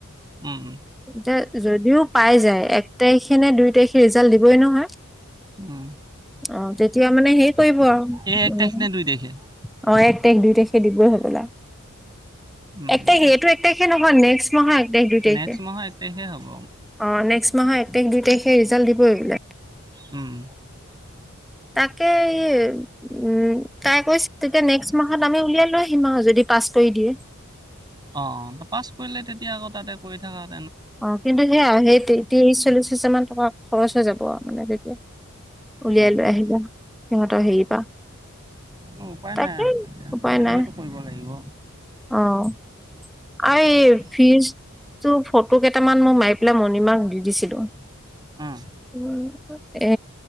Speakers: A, on the right; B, in the centre.
A: উম উম
B: এতিয়া যদিও পাই যায় এক তাৰিখে নে দুই তাৰিখে ৰিজাল্ট দিবই নহয়।
A: উম।
B: অ', তেতিয়া মানে হেৰি কৰিব আৰু,
A: এই এক
B: উম
A: তাৰিখ নে দুই তাৰিখে
B: অ', এক তাৰিখ, দুই তাৰিখে দিবই হ'বলা।
A: উম,
B: এক তাৰিখে এইটো এক তাৰিখে নহয় নেক্সট মাহৰ এক তাৰিখ দুই তাৰিখে
A: নেক্সট মাহৰ এক তাৰিখে হ'ব।
B: অ নেক্সট মাহৰ এক তাৰিখ দুই তাৰিখে ৰিজাল্ট দিবই বোলে।
A: উম।
B: তাকে, এই উম তাই কৈছে তেতিয়া নেক্সট মাহত আমি উলিয়াই লৈ আহিম আৰু যদি পাছ কৰি দিয়ে।
A: অ' অ', পাছ কৰিলে তেতিয়া আকৌ তাতে কৰি থাকাত
B: অ', কিন্তু সেয়াই আৰু, সেই ত্ৰিছ চল্লিশ হাজাৰ মান টকা খৰচ হৈ যাব আৰু মানে তেতিয়া। উলিয়াই
A: উম
B: লৈ
A: উম
B: আহিলে সিহঁতৰ হেৰিৰ পৰা।
A: কোনো উপায়
B: তাকে
A: নাই আৰু এতিয়া,
B: উপায়
A: সেইটোকেতো
B: নাই
A: কৰিব লাগিব।
B: অ'। আৰু
A: তেনেকে
B: এই ফিজটো ফটো কেইটামান মই মাৰি পেলাই মণিমাক দি দিছিলো।
A: উম
B: উম। এ